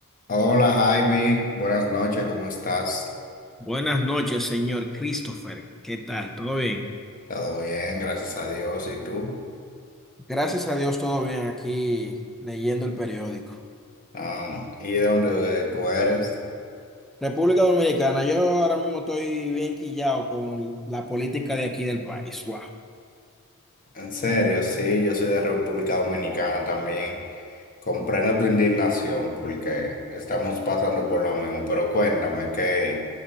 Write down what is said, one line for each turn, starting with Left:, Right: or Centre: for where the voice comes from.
Left: Hola Javi, buenas noches, ¿cómo estás?
Centre: Buenas noches, señor Christopher. ¿Qué tal? ¿Todo bien?
Left: Todo bien, gracias a Dios. ¿Y tú?
Centre: Gracias a Dios, todo bien aquí leyendo el periódico.
Left: Am, ¿y de dónde tú eres?
Centre: República Dominicana, yo ahora mismo estoy bien quillado con la política de aquí del país. Wow.
Left: En serio, sí, yo soy de República Dominicana también. Comprendo tu indignación porque estamos pasando por lo mismo, pero cuéntame qué,